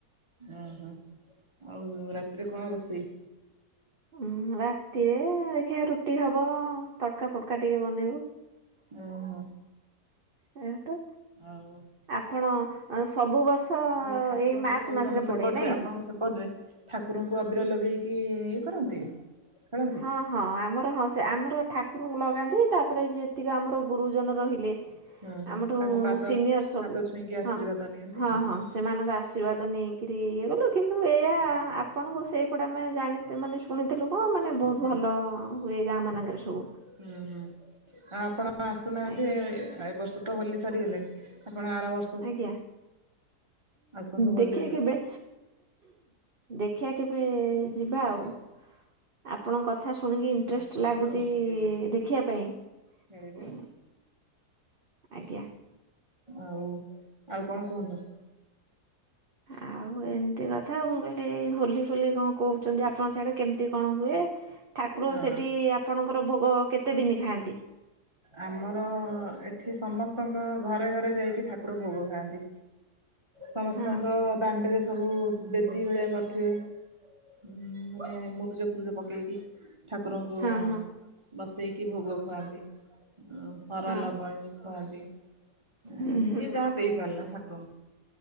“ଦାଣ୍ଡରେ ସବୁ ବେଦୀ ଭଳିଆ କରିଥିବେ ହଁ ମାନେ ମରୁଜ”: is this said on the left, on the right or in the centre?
Right